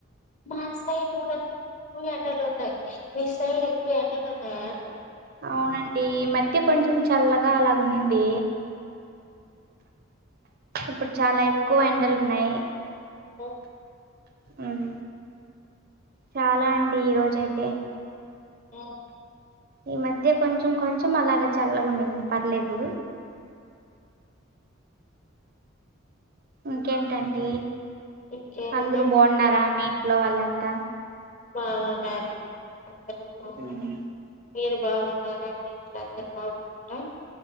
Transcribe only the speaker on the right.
అవునండి ఈ మధ్య కొంచెం చల్లగా అలాగ ఉన్నింది ఇప్పుడు చాలా ఎక్కువ ఎండలు ఉన్నాయి
ఉమ్ చాలా అండి ఈ రోజయితే
ఈ మధ్య కొంచెం కొంచెం అలాగ చల్లగునింది పర్లేదు ఇంకేంటండి
అంద్రు
బాగున్నారా <inaudible> ఇంట్లో వాళ్లంతా
ఉమ్,